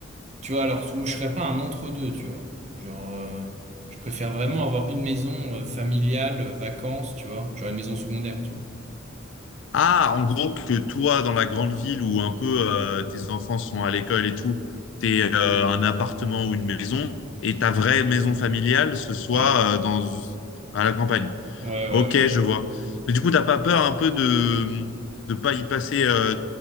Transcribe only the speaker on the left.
Ah, en gros, que toi, dans la grande ville où un peu euh, tes enfants sont à l'école et tout, t'es euh, un appartement ou une maison, et ta vraie maison familiale, ce soit
euh, dans, à la campagne.
Ok,
je vois. Mais du coup, t'as pas peur un peu de de pas y passer euh,